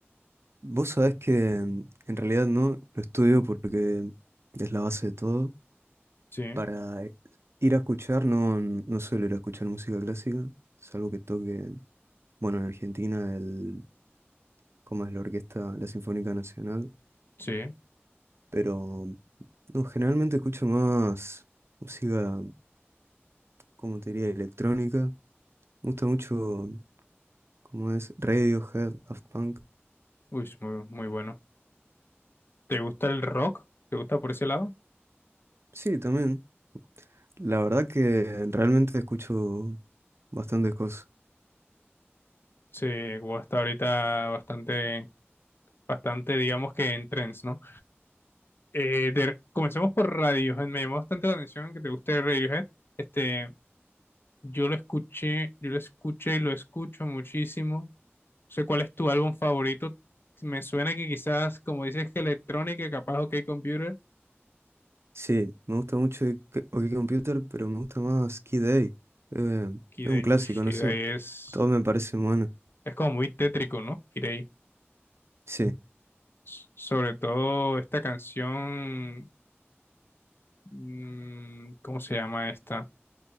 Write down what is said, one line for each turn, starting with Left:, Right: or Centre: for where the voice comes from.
Right: Vos sabés que mm, en realidad no, lo estudio porque es la base de todo.
Left: Sí,
Right: Para ir a escuchar, no, no suelo ir a escuchar música clásica, salvo que toque, bueno, en Argentina, el, ¿cómo es la orquesta, la Sinfónica Nacional?
Left: sí.
Right: Pero no, generalmente escucho más música, como te diría, electrónica. Me gusta mucho, como es Radiohead, Daft Punk.
Left: Uy, es muy, muy bueno. ¿Te gusta el rock? ¿Te gusta por ese lado?
Right: Sí, también. La verdad que realmente escucho bastantes cosas.
Left: Sí, Guau, está ahorita bastante, bastante, digamos que en trends, ¿no? Eh, de- comencemos por Radiohead. Me llamó bastante la atención que te guste Radiohead. Este, Yo lo escuché, yo lo escuché y lo escucho muchísimo. No sé cuál es tu álbum favorito. Me suena que quizás, como dices, que electrónica, capaz OK Computer.
Right: Sí, me gusta mucho que- OK Computer, pero me gusta más Kid A. Eh,
Left: Kid
Right: es un clásico,
Left: uff, Kid
Right: no sé.
Left: A es,
Right: Todo me parece bueno.
Left: es como muy tétrico, ¿no? Kid A.
Right: Sí,
Left: S- Sobre todo esta canción. mm, ¿Cómo se llama esta?